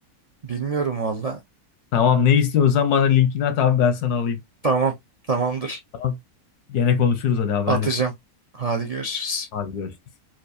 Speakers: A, on the right (about 75°); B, on the left (about 85°).
A: Bilmiyorum valla.
B: Tamam ne istiyorsan bana linkini at abi ben sana alayım.
A: Tamam tamamdır
B: Tamam. Gene konuşuruz hadi haberleşiriz.
A: atacağım. Hadi görüşürüz.
B: Hadi görüşürüz.